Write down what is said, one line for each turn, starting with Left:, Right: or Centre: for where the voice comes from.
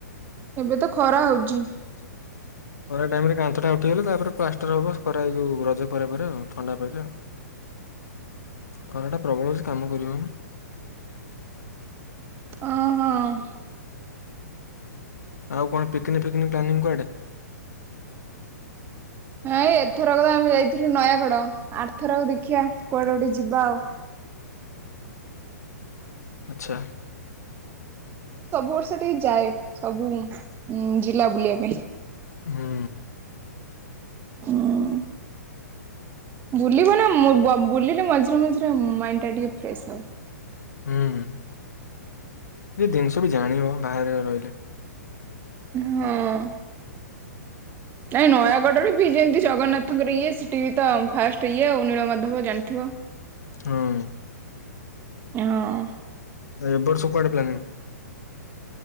Right: ଏବେ ତ ଖରା ହଉଛି।
Left: <inaudible> ଖରା ଟାଇମ୍ ରେ କାନ୍ଥଟା ଉଠିଗଲେ ତାପରେ ପ୍ଲାଷ୍ଟର ହବ ଖରା ଯଉ ରଜ ପରେ ପରେ ଆଉ ଥଣ୍ଡା ପାଇଲେ ଆଉ। ଖରା ଟା ପ୍ରବଳ ହଉଚି କାମ କରିହଉନି।
Right: ଓ ହଁ।
Left: ଆଉ କଣ picnic picnic planning କୁଆଡେ?
Right: ଏଇଁ ଏଥରକ ତ ଆମେ ଯାଇଥିଲୁ ନୟାଗଡ। ଆର୍ ଥରକ ଦେଖିବା କୁଆଡେ ଗୋଟେ ଯିବା ଆଉ।
Left: ଆଚ୍ଛା।
Right: ସବୁ ବର୍ଷ ଟିକେ ଯାଏ ସବୁ ଉଁ ଜିଲ୍ଲା ବୁଲିଆ ପାଇଁ।
Left: ହୁଁ
Right: ଉଁ
Left: ହୁଁ।
Right: ବୁଲିବ ନା ମ ବ ବୁଲିଲେ ମଝିରେ ମଝିରେ ମାଇଣ୍ଡ୍ ଟା ଟିକେ ଫ୍ରେଶ୍ ହବ।
Left: ହୁଁ ହୁଁ। ଏ ଜିନିଷ ବି ଜାଣିବ ବାହାରେ ରହିଲେ।
Right: ହଁ। ନାଇ ନୟାଗଡ଼ରେ ବି ଯେମତି ଜଗନ୍ନାଥଙ୍କର ଇଏ ସେଠି ବି ତ ଫାଷ୍ଟ୍ ଇଏ ଆଉ ନୀଳମାଧବ ଜାଣିଥିବ?
Left: ହଁ।
Right: ହଁ
Left: ଏ ବର୍ଷ କୁଆଡେ ପ୍ଲାନିଙ୍ଗ୍?